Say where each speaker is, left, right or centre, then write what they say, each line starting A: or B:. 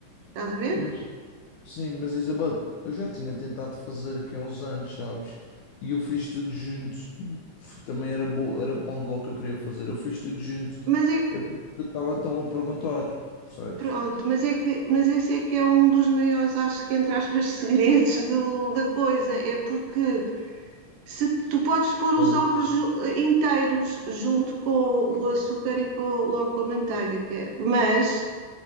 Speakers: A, on the right; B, on the left.
A: Estás a ver?
B: Mas, sim, mas Isabel, eu já tinha tentado fazer aqui há uns anos, sabes? E eu fiz tudo junto. F- Também era, bo... era pão de ló que eu queria fazer. Eu fiz tudo junto.
A: Mas é
B: É porque eu estava tão a perguntar, percebes?
A: Pronto, mas é que, mas esse é que é um dos maiores, acho que, entre aspas, <laughs> segredos do- da coisa. É porque se tu podes pôr os
B: Pois.
A: ovos ju- inteiros junto com o açúcar e com, logo com a manteiga, que é, mas